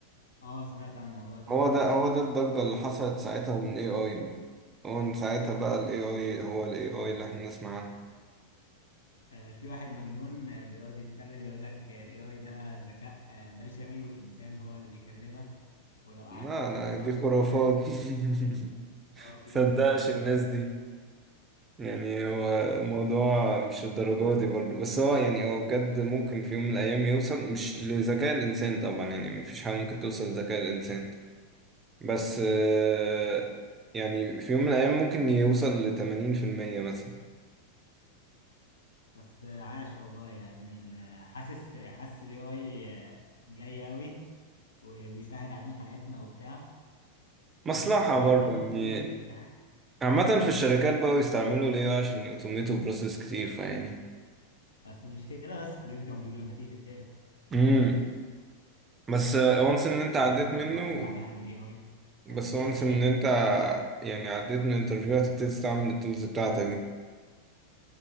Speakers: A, on the left; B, on the right.
A: اه سمعت عن الموضوع ده
B: هو ده هو ده الضجة اللي حصلت ساعتها من AI يعني. هو من ساعتها بقى ال AI هو ال AI اللي احنا بنسمع عنه
A: آه في واحد مجنون آه، بيقعد يتكلم يقول لك آه، ال AI ده ذكاء آه، بشري وإنسان هو اللي بيكلمك ولو قعدت
B: لا
A: تتكلم
B: لا
A: معاه
B: دي خرافات
A: شوية
B: <laughs>
A: <laughs> اه في
B: مصدقش
A: ناس مجانين
B: الناس
A: كده
B: دي يعني هو الموضوع مش الدرجة دي برضه بس هو يعني هو بجد ممكن في يوم من الأيام يوصل مش لذكاء الإنسان طبعا يعني مفيش حاجة ممكن توصل لذكاء الإنسان بس آه، يعني في يوم من الأيام ممكن يوصل لتمانين في المية مثلا
A: بس عاش والله يعني ال- حاسس حاسس ال AI جاي قوي وبيسهل علينا حياتنا وبتاع
B: مصلحة
A: وحتى
B: برضه يعني
A: في الشغل
B: عامة في الشركات بقوا يستعملوا ال AI عشان يوتوميتوا بروسيس كتير فيعني
A: <laughs> بس المشكلة بس في الانترفيو لما تيجي تتسأل
B: امم بس وانس إن أنت
A: انت
B: عديت
A: كنت
B: منه
A: معتمد عليها بال AI
B: بس
A: مثلا بيسألك
B: وانس إن أنت يعني عديت من الانترفيو هتبتدي تستعمل التولز بتاعتك دي